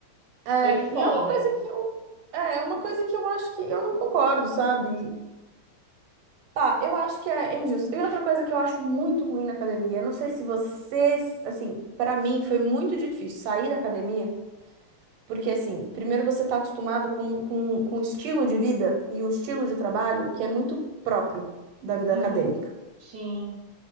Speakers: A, on the right (about 90°); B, on the right (about 65°).
A: é,
B: Foi foda.
A: e é uma coisa que eu, é é uma coisa que eu acho que eu não concordo, sabe? Tá, eu acho que é injusto. E outra coisa que eu acho muito ruim na academia, eu não sei se vocês, assim, pra mim foi muito difícil sair da academia, porque assim, primeiro você tá acostumado com, com, com um estilo de vida e um estilo de trabalho que é muito próprio da vida
B: Uhum.
A: acadêmica,
B: Sim,